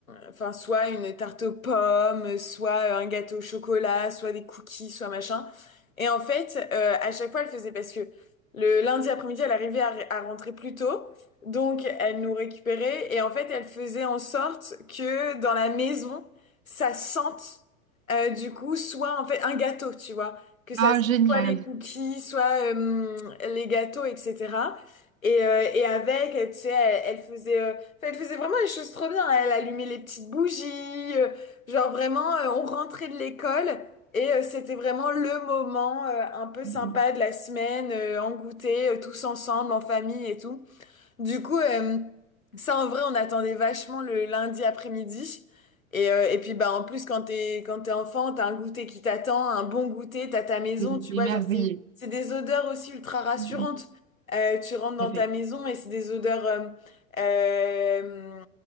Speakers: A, on the left; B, on the right.
A: enfin, soit une tarte aux pommes, soit un gâteau au chocolat, soit des cookies, soit machin. Et en fait, euh, à chaque fois, elle faisait parce que le lundi après-midi, elle arrivait à, à rentrer plus tôt. Donc, elle nous récupérait. Et en fait, elle faisait en sorte que dans la maison, ça sente, euh, du coup, soit en fait un gâteau, tu vois. que ça
B: Oh, génial.
A: soit les cookies, soit euh, les gâteaux, etc. Et, euh, et avec, euh, tu sais, elle, elle faisait, euh, enfin, elle faisait vraiment les choses trop bien. Elle allumait les petites bougies, euh, genre vraiment, euh, on rentrait de l'école et euh, c'était vraiment le moment euh, un peu sympa
B: Mm, mm.
A: de la semaine, euh, en goûter, euh, tous ensemble, en famille et tout. Du coup, euh, ça en vrai, on attendait vachement le lundi après-midi. Et, euh, et puis, bah, en plus, quand t'es, quand t'es enfant, t'as un goûter qui t'attend, un bon goûter, t'as ta maison,
B: T'es t'es
A: tu vois,
B: émerveillée.
A: genre, c'est, c'est des odeurs aussi ultra rassurantes.
B: Mm, mm.
A: Euh, tu rentres dans
B: Tout à fait.
A: ta maison et c'est des odeurs euh, euh,